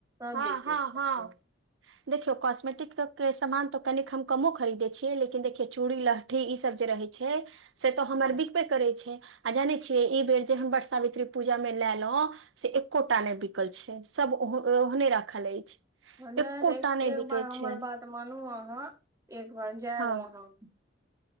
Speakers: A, on the right; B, on the right.
A: सब
B: हँ
A: बेचै
B: हँ
A: छै।
B: हँ देखियौ कॉस्मेटिक सब के सामान तऽ कनि हम कमो खरीदयै छियै लेकिन देखियौ चूड़ी लह ठीई सब जे रहै छै से तो हमर
A: हँ
B: विक। बिकबे करै छै आ जानै छियै ई बेर जे हम बट सावित्री पूजा मे लेलहु। से एकोटा नहि बिकल छै सब ओ ओहने रखल अछि।
A: नहि
B: एकोटा
A: तऽ
B: नहि
A: एक
B: बिकै
A: बार हमर
B: छै
A: बात। तऽ मानू अहाँ एक बार जायउ
B: हँ
A: अहाँ।